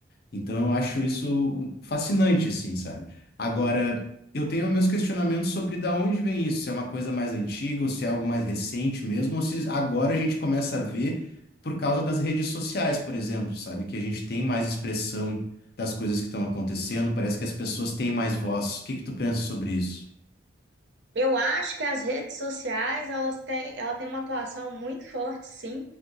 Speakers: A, on the left (about 50°); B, on the right (about 65°).
A: Então eu acho isso um, fascinante, assim, sabe? Agora, eu tenho meus questionamentos sobre da onde vem isso, se é uma coisa mais antiga, ou se é algo mais recente mesmo, ou se agora a gente começa a ver por causa das redes sociais, por exemplo, sabe? Que a gente tem mais expressão das coisas que estão acontecendo, parece que as pessoas têm mais voz. O que que tu pensa sobre isso?
B: Eu acho que as redes sociais, elas têm, ela tem uma atuação muito forte, sim,